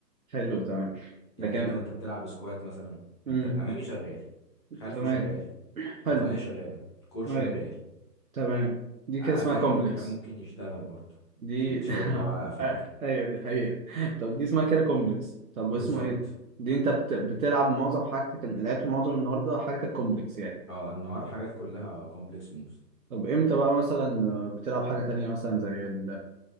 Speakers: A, on the right (about 55°); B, on the left (about 15°).
A: حلو تمام ده
B: يعني
A: كان
B: انت وانت بتلعب سكوات مثلا
A: امم
B: انت الامامي شغال خلفي
A: تمام
B: شغال قطنيه
A: حلو
B: شغاله الكور شغال
A: ايوه تمام دي
B: قفاك
A: كده اسمها كومبلكس
B: ممكن يشتغل برضه
A: دي
B: مش انت شارب بار
A: <laughs>
B: على قفاك
A: آه، ايوه دي حقيقة طب دي اسمها كده كومبلكس طب
B: بالظبط
A: اسمه ايه دي انت بت... بتلعب معظم حاجتك لعبت معظم النهارده حاجتك كومبلكس يعني
B: اه النهار حاجات كلها كومبلكس موفز
A: طب امتى بقى مثلا آه، بتلعب حاجة تانية مثلا زي ال...